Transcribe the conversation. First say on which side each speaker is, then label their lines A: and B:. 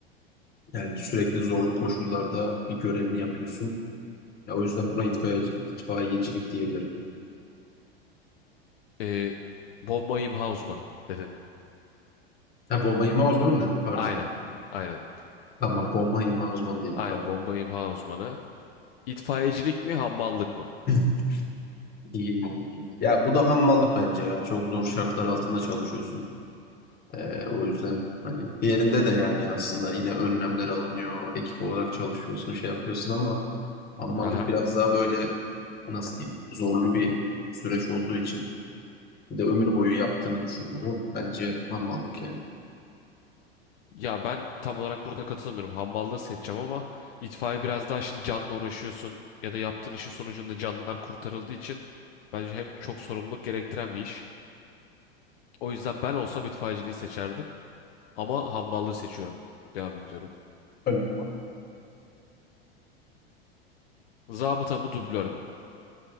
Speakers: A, on the left; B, on the left.
A: Yani sürekli zorlu koşullarda bir görevini yapıyorsun. Ya o yüzden buna itfaiye, itfaiyecilik diyebilirim.
B: Ee, bomba imha uzmanı dedin.
A: Ha, bomba imha uzmanı mı dedim pardon.
B: Aynen. Aynen.
A: Tamam bomba imha uzmanı diyelim
B: Aynen
A: pardon.
B: bomba imha uzmanı. İtfaiyecilik mi hammallık mı?
A: <clears throat> İyi, iyi, Ya bu da hammallık bence ya. Çok zor şartlar altında çalışıyorsun. Ee, o yüzden hani diğerinde de yani aslında yine önlemler alınıyor. Ekip olarak çalışıyorsun, şey yapıyorsun ama hammallık
B: Haha.
A: biraz daha böyle nasıl diyeyim zorlu bir süreç olduğu için. Bir de ömür boyu yaptığını düşün bunu. Bence hammallık yani.
B: Ya ben tam olarak burada katılmıyorum. Hammallığı seçeceğim ama itfaiye biraz daha şimdi canla uğraşıyorsun ya da yaptığın işin sonucunda canlılar kurtarıldığı için bence hem çok sorumluluk gerektiren bir iş. O yüzden ben olsam itfaiyeciliği seçerdim ama hammallığı seçiyorum. Devam ediyorum.
A: Öyle.
B: Zabıta mı dublör mü?